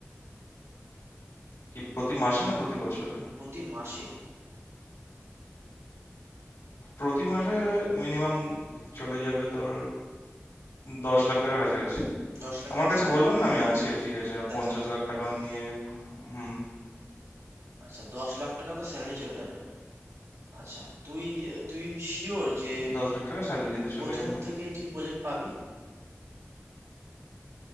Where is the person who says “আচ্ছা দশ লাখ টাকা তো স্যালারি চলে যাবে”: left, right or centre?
Right